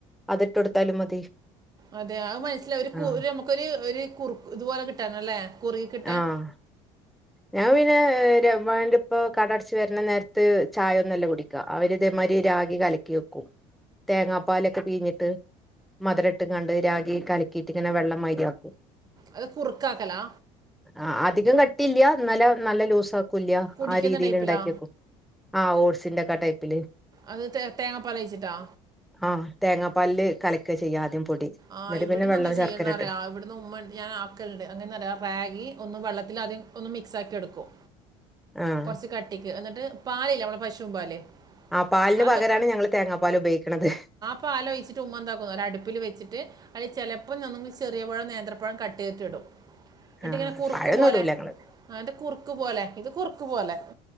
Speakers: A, in the centre; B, on the right.
A: അതിട്ട് കൊടുത്താലും മതി
B: അതെ അത് മനസ്സില ഒരു കു
A: ആഹ്
B: ഒരു നമുക്കൊ ഒരു ഒരു കുറു ഇതുപോലെ കിട്ടാനല്ലേ കുറുകി കിട്ടാൻ
A: ആഹ് ഞാൻ പിന്നെ ര മ്മാന്റുപ്പ കട അട ച്ച് വരണ നേരത്ത് ചായ ഒന്നല്ല കുടി അവര് ഇതേമാതിരി രാഗി കലക്കി വെക്കും തേങ്ങാപ്പാലൊക്കെ പിഴിഞ്ഞിട്ട് മധുര ഇട്ട് ങ്ങാണ്ട് രാഗി കല ഇതിങ്ങനെ വെള്ളം മാതിരിയാക്കും
B: അത് കുറക്കാക്കലാ
A: ആ അധികം കട്ടില്ല ഇന്നലാ നല്ല ലൂസ ആക്കൂല്ല
B: കുടിക്കുന്ന
A: ആ രീതിൽ
B: ടൈപ്പിലാ
A: ഇണ്ടാക്കിവെ ക്കും ആ ഓട്സിന്റെ ഒ കെ ആടൈ പ്പില്
B: അത് തെ തേങ്ങാപ്പാലൊഴിച്ചിട്ടോ
A: ആ തേങ്ങാപ്പാലില് കലക്ക ചെയ്യ ആദ്യം പൊടി
B: ആ
A: എന്നിട്ട്
B: ഇവിടന്ന്
A: പിന്നെ വെള്ളം
B: എന്താ ചെയ്യണംന്ന്
A: ശർക്കര
B: അറിയ
A: ഇട്ട്
B: ഇവിടന്ന് ഉമ്മൻ ഞാൻ ക്കലുണ്ട് എങ്ങാനെന്നാരോയോ രാഗി ഒന്ന് വെള്ളത്തിൽ ആദ്യം ഒന്ന് മിക്സ്‌ ആക്കി എടുക്കും
A: ആഹ്
B: കുറച്ച് കട്ടിക്ക് എന്നിട്ട് പാലില്ലെ നമ്മടെ പശുവും പാല്
A: ആ പാലിന്
B: അത്
A: പകരാണ് ഞങ്ങള് തേങ്ങാ പാൽ ഉപയോഗിക്കണത്
B: പാല് ഒഴിച്ചിട്ട് ഉമ്മ എന്താക്കുന്നു ഒ അടുപ്പിൽ വച്ചിട്ട് അതില് ചിലപ്പോ ചെറിയ പഴം നേന്ത്രപ്പഴം കട്ട് ചെയ്തിട്ട് ഇടും എന്നട്ടിങ്ങനെ
A: ആഹ്
B: കുറുക്ക്
A: പഴൊന്നും
B: പോലെ
A: ഇടൂല ഞങ്ങള്
B: ആതെ കുറുക്ക് പോലെ ഇത് കുറുക്ക് പോലെ